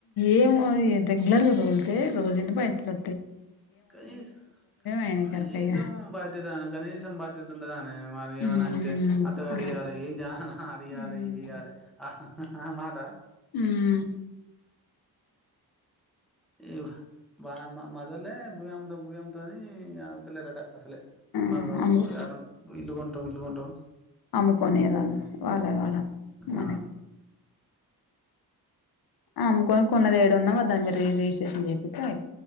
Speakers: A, on the left; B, in the centre.
A: ఏమో రెగ్లర్గా దోలితే రోజు ఇన్ని పైసలొ
B: కనీస్
A: ఆయనకి
B: కనీసం
A: ఎరక ఇగ
B: బాధ్యత కనీసం బాధ్యతుండదామే మనమేమన్న
A: మ్మ్
B: అంటె అత్త గారియాలె
A: ఆ
B: ఏంది ఆహహ అదియ్యొలే
A: మ్మ్
B: ఇదియ్యా లే ఆహ మాట
A: మ్మ్
B: ఈవా వానెమ్మ మాదొల్లే భూమి అమ్ముతాం భూమి అమ్ముతాం అని ఆగుతలేరడ అసలె
A: ఆ
B: మాది
A: అమ్ము
B: ఇల్లు కొంటం ఇల్ కొంటం
A: అమ్ముకోనీరు వాళ్ళే వాళ్ళ మడి
B: ఆ
A: అమ్ముకొని కొన్నది ఏడున్నా దాన్ని మీరు రిజిస్ట్రేషన్ చెపిత్తే అయి